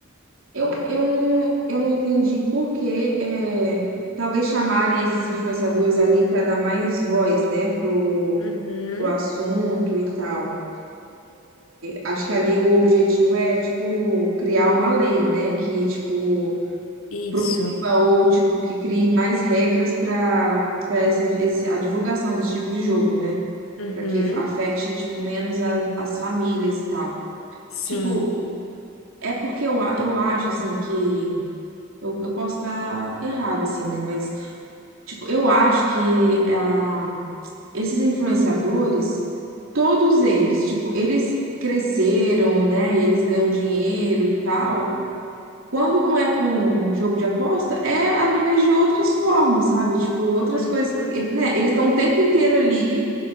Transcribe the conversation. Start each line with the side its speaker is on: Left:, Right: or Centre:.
Right: eu, eu não, eu não entendi por que é, talvez chamarem esses influenciadores ali para dar mais voz, né, pro,
Left: Uhum,
Right: pro assunto e tal. Acho que ali o objetivo é, tipo, criar uma lei, né? Que, tipo,
Left: isso,
Right: proíba ou, tipo, que crie mais regras para para essa esse, a divulgação desse tipo de jogo, né?
Left: uhum,
Right: Para que afete, tipo, menos a- as famílias e tal.
Left: sim,
Right: Tipo, é porque eu, a- eu acho, assim, que... Eu, eu posso estar errada, assim, né? Mas, tipo, eu acho que ah, esses influenciadores, todos eles, tipo, eles cresceram, né? Eles ganham dinheiro e tal Quando não é com jogo de aposta, é através de outras formas, sabe? Tipo, outras
Left: uhum.
Right: coisas. Ele- né, Eles estão o tempo inteiro ali